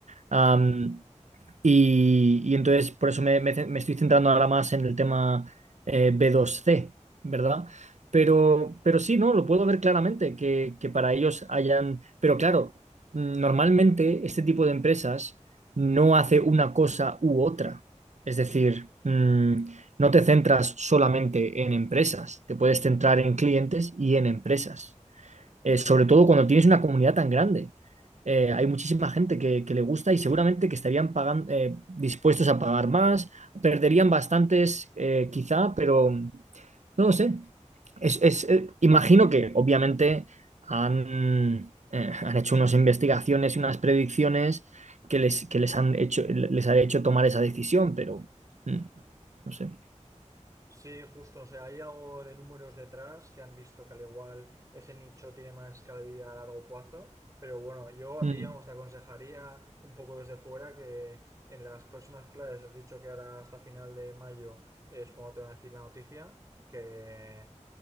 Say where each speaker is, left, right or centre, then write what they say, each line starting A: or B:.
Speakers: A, on the right; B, on the right.
A: Am, y, y entonces por eso me, me- me estoy centrando ahora más en el tema eh, B2C, ¿verdad? Pero, pero sí, ¿no? Lo puedo ver claramente, que, que para ellos hayan... Pero claro, mm, normalmente este tipo de empresas no hace una cosa u otra. Es decir, mm, no te centras solamente en empresas, te puedes centrar en clientes y en empresas eh, sobre todo cuando tienes una comunidad tan grande. Eh, hay muchísima gente que, que le gusta y seguramente que estarían pagan- eh, dispuestos a pagar más, perderían bastantes eh, quizá, pero no lo sé. Es, es, eh, imagino que obviamente han, eh, han hecho unas investigaciones y unas predicciones que les, que les han hecho, les ha hecho tomar esa decisión, pero mm, no sé.
B: Sí, justo, o sea, hay algo de números detrás que han visto que al igual ese nicho tiene más calidad a largo plazo, pero bueno, yo a
A: Mm.
B: ti vamos, te aconsejaría un poco desde fuera que en las próximas clases, has dicho que ahora hasta final de mayo es cuando te van a decir la noticia, que